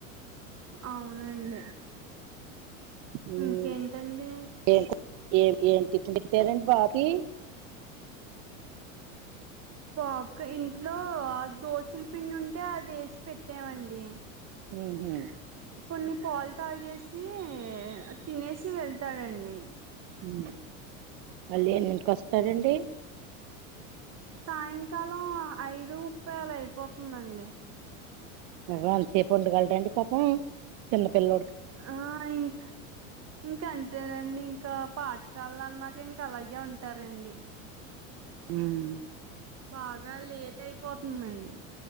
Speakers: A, on the right; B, on the right.
A: అవునండి
B: ఉమ్,
A: ఇంకేంటండి
B: ఏం ఏం ఏం తిపిన్ పెట్టారండి బాకి
A: పాప్ కి ఇంట్లో ఆ దోసల పిండి ఉంటే అది వేసి పెట్టామండి
B: ఉహు
A: కొన్ని పాలు తాగేసి తినేసి వెళ్తాడండి
B: ఊ మళ్ళీ ఎన్నింటికి వస్తాడండి
A: సాయంకాలం ఐదు ముప్పై ఆళ అయిపోతుందండి
B: నువ అంతసేపు ఉండగలడండి పాపం చిన్న పిల్లడుకి
A: ఆ ఇంకా ఇంకా అంతేనండి ఇంకా పాఠశాల అన్నాక ఇంకా అలాగే ఉంటారండి
B: ఉమ్మ్
A: బాగా లేట్ అయిపోతుందండి